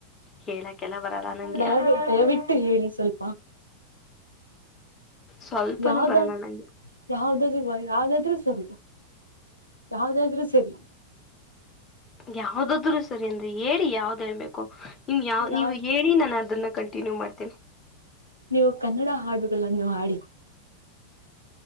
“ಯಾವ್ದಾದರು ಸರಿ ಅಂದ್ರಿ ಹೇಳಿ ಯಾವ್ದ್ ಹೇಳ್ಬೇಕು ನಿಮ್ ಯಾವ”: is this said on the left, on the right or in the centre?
Left